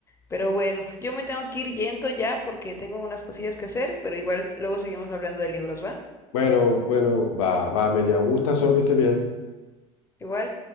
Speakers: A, on the left (about 15°); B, on the left (about 75°).
A: Pero bueno, yo me tengo que ir yendo ya porque tengo unas cosillas que hacer, pero igual luego seguimos hablando de libros, ¿va?
B: Bueno, bueno, va, va, Amelia, gusta, solo que esté bien.
A: Igual.